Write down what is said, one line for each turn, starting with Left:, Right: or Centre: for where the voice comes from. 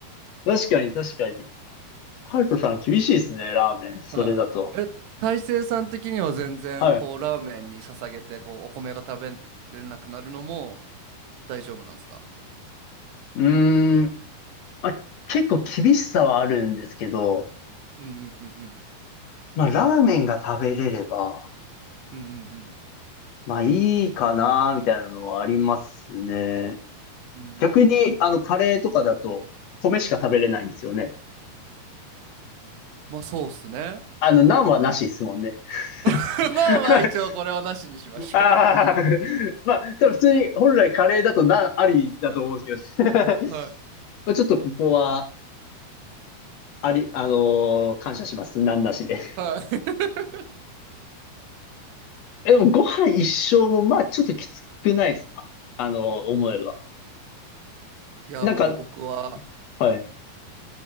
Left: 確かに、確かに。ハルトさん厳しいですね、ラーメン。
Right: い。
Left: それだと。
Right: はい。え、大成さん的には全然、
Left: はい。
Right: こう、ラーメンに捧げて、こう、お米が食べれなくなるのも大丈夫なんですか
Left: うーん。まあ、結構厳しさはあるんですけど、
Right: うんうんうん
Left: まあ、ラーメンが食べれれば、
Right: うん
Left: まあ、いいかな、みたいなのはありますね。
Right: うんうんうんうんうん。
Left: 逆に、あの、カレーとかだと、米しか食べれないんですよね。
Right: まあ、そうっすね。
Left: あの、ナンはなしですもんね。
Right: <laughs> まあまあ、
Left: <laughs>
Right: 一応これはなしにしましょ
Left: ああ、<laughs> まあ、多分普通に、本来カレーだとナンありだと思うんですけど。<laughs>
Right: う。はい。
Left: まあ、ちょっとここは、あり、あのー感謝します。ナンなしで。
Right: はい。<laughs>
Left: え、でもご飯一生も、まあちょっときつくないですかあの、思えば。
Right: いや、
Left: なんか、
Right: もう僕は
Left: はい。